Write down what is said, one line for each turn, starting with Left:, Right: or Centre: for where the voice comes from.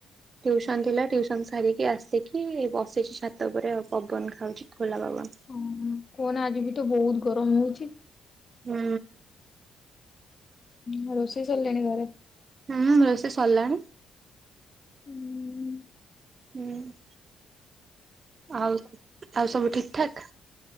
Right: ଟିଉସନ ଥିଲା ଟ୍ୟୁସନ ସାରିକି ଆସିକି ବସିଛି ଛାତ ଉପରେ ଆଉ ପବନ ଖାଉଛି। ଖୋଲା ବାବନ।
Left: କହନା କହନା ଆଜି ବି ତ ବହୁତ୍ ଗରମ ହଉଛି।
Right: ହୁଁ।
Left: ଉଁ ରୋଷେଇ ସରିଲାଣି ଘରେ?
Right: ହୁଁ ହୁଁ ରୋଷେଇ ସରଲାଣି।
Left: ହୁଁ।
Right: ହୁଁ ଆଉ ଆଉ ସବୁ ଆଉ ସବୁ ଠିକ୍ ଠାକ୍?